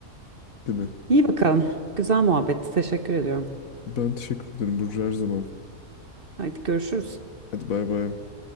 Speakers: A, on the left; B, on the right.
A: Değil mi?
B: İyi bakalım. Güzel muhabbet. Teşekkür ediyorum.
A: Ben teşekkür ederim Burcu her zaman.
B: Haydi görüşürüz.
A: Hadi bay bay.